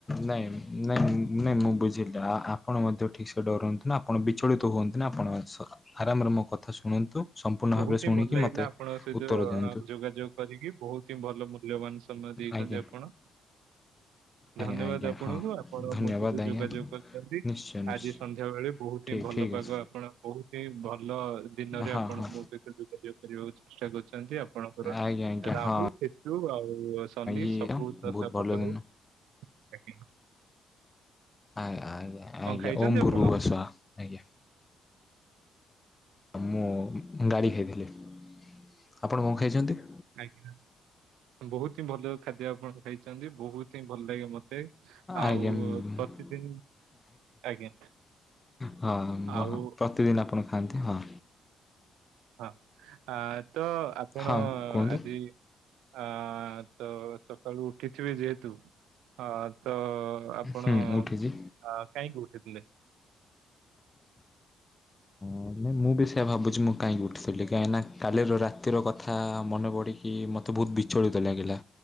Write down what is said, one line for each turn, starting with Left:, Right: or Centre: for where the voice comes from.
Left: ନାଇଁ ନାଇଁ ନାଇଁ ମୁଁ ବୁଝିଲି ଆ ଆପଣ ମଧ୍ୟ ଠିକ ସେ ଡରନ୍ତୁ ନା। ଣ ଆପଣ ବିଚଳିତ ହୁଅନ୍ତୁ ନି, ଆପଣ ଆରାମରେ ମୋ କଥା ଶୁଣନ୍ତୁ। ସମ୍ପୂର୍ଣ୍ଣ
Right: ବହୁତ
Left: ଭାବରେ ଶୁଣିକି
Right: ହିଁ ଭଲ ଲାଗିଲା,
Left: ମୋତେ
Right: ଆପଣଙ୍କ ସହିତ
Left: ଉତ୍ତର ଦିଅନ୍ତୁ
Right: ଯୋଗାଯୋଗ କରିକି, ବହୁତ ହିଁ ଭଲ ମୂଲ୍ୟବାନ ସମୟ ଦେଇଛନ୍ତି
Left: ଆଜ୍ଞା
Right: ଆପଣ।
Left: ଆଜ୍ଞା
Right: ଧନ୍ୟବାଦ
Left: ଆଜ୍ଞା
Right: ଆପଣଙ୍କୁ।
Left: ହଁ
Right: ଆପଣ
Left: ଧନ୍ୟବାଦ
Right: ମୋ ସହିତ
Left: ଆଜ୍ଞା
Right: ଯୋଗାଯୋଗ କରିଛନ୍ତି,
Left: ନିଶ୍ଚୟ ନିଶ୍ଚୟ
Right: ଆଜି ସନ୍ଧ୍ୟାବେଳେ ବହୁତ
Left: ଠିକ୍
Right: ଭଲ
Left: ଠିକ୍
Right: ପାଗ,
Left: ଅଛି
Right: ଆପଣ ବହୁତ ହିଁ ଭଲ ଦିନରେ
Left: ହଁ
Right: ଆପଣ
Left: ହଁ
Right: ମୋ ସହିତ ଯୋଗାଯୋଗ କରିବାକୁ ଚେଷ୍ଟା କରୁଛନ୍ତି, ଆପଣଙ୍କର
Left: ଆଜ୍ଞା ଆଜ୍ଞା
Right: ରାହୁ
Left: ହଁ
Right: ଆଉ ସନି
Left: ଇଏ
Right: ସବୁ ଦଫା
Left: ବହୁତ
Right: ଭଲ
Left: ଦିନ
Right: ହଉ। ଆଜ୍ଞା
Left: ଆଜ୍ଞା ଆଜ୍ଞା
Right: କଣ
Left: ଆଜ୍ଞା।
Right: ଖାଇଛନ୍ତି
Left: ଓମ୍
Right: ଆପଣ
Left: ଭୁର ଭୁବ ସ୍ୱା। ଆଜ୍ଞା ମୁଁ ଗାଳି ଖାଇଥିଲି, ଆପଣ କଣ ଖାଇଛନ୍ତି?
Right: ଆଜ୍ଞା, ବହୁତ ହିଁ ଭଲ ଖାଦ୍ୟ ଆପଣ ଖାଇଛନ୍ତି, ବହୁତ ହିଁ ଭଲ ଲାଗେ ମତେ। ଆଉ
Left: ଆଜ୍ଞା
Right: ପ୍ରତିଦିନ। ଆଜ୍ଞା
Left: ହଁ ମହ
Right: ଆଉ
Left: ପ୍ରତିଦିନ ଆପଣ ଖାଆନ୍ତି ହଁ।
Right: ହଁ ଆ ତ ଆପଣ
Left: ହଁ କୁହନ୍ତୁ
Right: ଆଜି ଆ ତ ସକାଳୁ ଉଠିଥିବେ ଯେହେତୁ ଆ ତ ଆପଣ
Left: ହୁଁ ଉଠିଛି।
Right: କାହିଁକି ଉଠିଥିଲେ?
Left: <unintelligible> ମୁଁ ବି ସେୟଆ ଭାବୁଛି ମୁଁ କାହିଁକି ଉଠିଥିଲି କାହିଁକି ନା କାଲିର ରାତିର କଥା ମନେ ପଡ଼ି କି ମୋତେ ବହୁତ ବିଚଳିତ ଲାଗିଲା